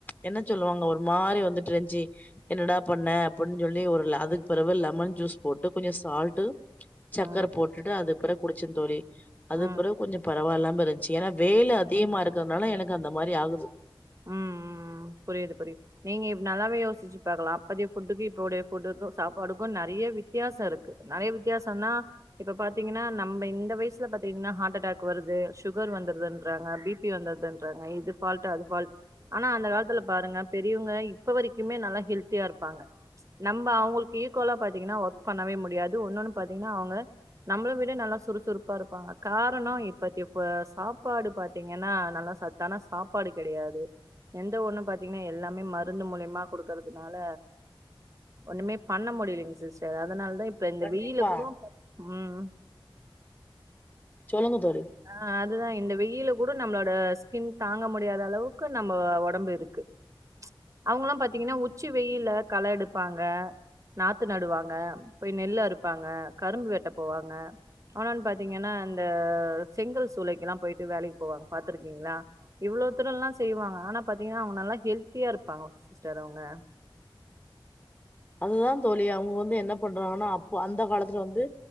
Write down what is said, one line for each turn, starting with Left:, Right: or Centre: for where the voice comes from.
Left: என்ன சொல்லுவாங்க ஒரு மாறி வந்துட்டு இருஞ்சி என்னடா பண்ணே அப்ன்னு சொல்லி ஒரு அதுக்கு பிறவு லெமன் ஜூஸ் போட்டு கொஞ்சோ சால்ட்
Right: ம்
Left: சக்கர போட்டுட்டு அதுப்பிறகு குடிச்சந் தோழி அதுபிறகு
Right: ம்
Left: கொஞ்சோ பரவாயில்லாமஞ் ச்சி ஏன்னா வேயிலு அதிமா ருக்கறனால எனக்கு அந்த மாரி ஆகுது
Right: உம் ம் ம் புரிது புரிது நீங்க ப் நல்லாவே யோசிச்சு பாக்கலா அப்பத்திய புஃட்டுக்கு இப்போடைய புஃட்டுக்கு சாப்பாடுக்கு நெறைய வித் த்தியாசோ இருக்கு நெறைய வித்யாசோனா இப்ப பாத்தீங்கன்னா நம்ம இந்த வயசுல பாத்தீங்கன்னா ஹார்ட்டடாக் வருது சுகர் வந்துருதுன்றாங்க பி பி வந்துன்றாங்க இது ஃபால்ட் அது ஃபால்ட் ஆனா அந்த காலத்துல பாருங்க பெரிவங்க இப்ப வரக்குமே நல்லா ஹெல்த்தியா இருப்பாங்க நம்ம அவங்களுக்கு ஈக்கோலா பாத்தீங்கன்னா ஒர்க் பண்ணவே முடியாது ஒன்னுன்னு பாத்தீங்கன்னா அவுங்க நம்ள விட நல்லா சுறுசுறுப்பா இருப்பாங்க காரணோ இப்பத்தி இப்ப சாப்பாடு பாத்திங்கன்னா நல்லா சா தானா சாப்பாடு கெடையாது எந்த ஒன்னு பாத்திங்கன்னா எல்லாமே மருந்து மூலிமா குடுக்கறதுனால ஒன்னுமே பண்ண முடியலீங் சிஸ்டர் அதனால தா இப்ப இந்த
Left: கண்டிப்பா
Right: வெயிலு கூட ம்
Left: சொல்லுங்க தோழி
Right: ஆ அதுதா இந்த வெயில கூட நம்ளோட ஸ்கின் தாங்க முடியாத அளவுக்கு நம்ம ஒடம்பு இருக்கு ச் அவுங்கலா பாத்திங்கன்னா உச்சி வெயில்ல கள எடுப்பாங்க நாத்து நடுவாங்க போய் நெல் அறுப்பாங்க கரும்பு வெட்ட போவாங்க அவனன் பாத்திங்கன்னா இந்த செங்கல் சூலைக்கெல்லா போயிட்டு வேலைக்கு போவாங்க பாத்துருக்கீங்ளா இவ்ளோ தூரல்லா செய்வாங்க ஆனா பாத்திங்னா அவங்க நல்லா ஹெல்த்தியா இருப்பாங்க சிஸ்டர் அவுங்க
Left: அதுதா தோழி அவுங்க வந்து என்ன பண்றாங்கன்னா அப்ப அந்த காலத்துல வந்து